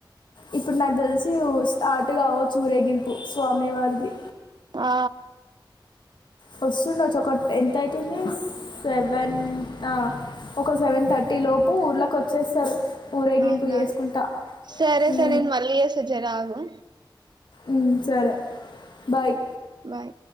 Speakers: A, on the left (about 65°); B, on the right (about 60°).
A: ఇప్పుడు నాకు తెలిసి స్టార్ట్ కావచ్చు ఉరేగింపు స్వామి వారిది
B: ఆ
A: వస్తుండచ్చు ఒకటి ఎంత అవుతుంది సెవెన్ అ ఒక సెవెన్ థర్టీ లోపు ఊర్ళకి వచ్చేస్తారు ఊరేగింపు
B: అవునా
A: చేసుకుంటా.
B: సరే సరే
A: ఊ
B: నేను మళ్ళీ చేస్తా జర ఆగు
A: ఉమ్మ్ సరే బాయ్
B: బాయ్